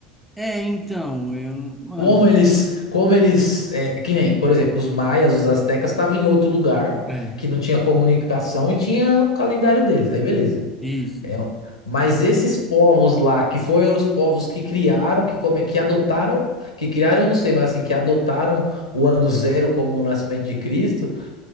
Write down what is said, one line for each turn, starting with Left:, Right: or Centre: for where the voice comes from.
Centre: É, então, eu, mano,
Left: Como eles, como eles, é, que nem, por exemplo, os maias, os astecas estavam em outro lugar
Centre: é,
Left: que não tinha comunicação e tinha o calendário deles. Aí beleza.
Centre: isso.
Left: É, mas esses povos lá, que foram os povos que criaram, que, come, que adotaram, que criaram, eu não sei, mas assim, que adotaram o ano zero como o nascimento de Cristo,